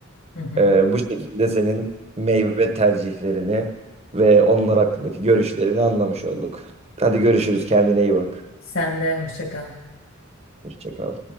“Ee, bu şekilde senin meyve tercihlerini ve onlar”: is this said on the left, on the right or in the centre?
Right